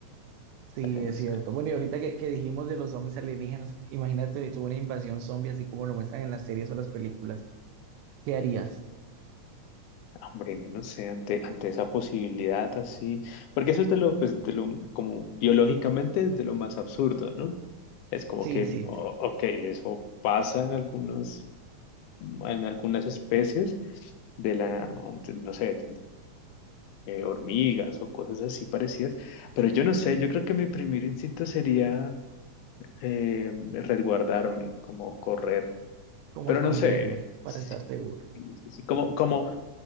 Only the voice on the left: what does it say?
Ay, no
sé,
hombre, no sé, ante, ante esa posibilidad así, porque eso es de lo, pues, de lo, como biológicamente es de lo más absurdo, ¿no? Es como
que,
o-
ok, eso pasa en algunas, en algunas especies de la, de- no sé, eh, hormigas o cosas así parecidas. Pero yo no sé, yo creo que mi primer instinto sería eh, resguardarme, como correr.
Pero
no sé,
sí,
sí, sí, como, como,